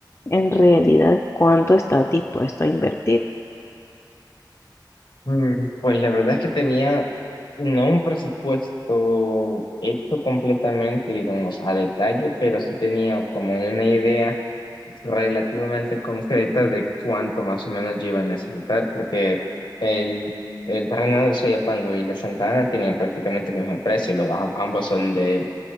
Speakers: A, on the left; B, on the left.
A: en realidad cuánto estás dispuesto a invertir.
B: Mm, Pues la verdad es que tenía no un presupuesto hecho completamente, digamos, a detalle, pero sí tenía como una idea relativamente concretas de cuánto más o menos yo iba a necesitar, porque el, el terreno de Soyapango y de Santa Ana tienen prácticamente el mismo precio, los, ba- ambos son de,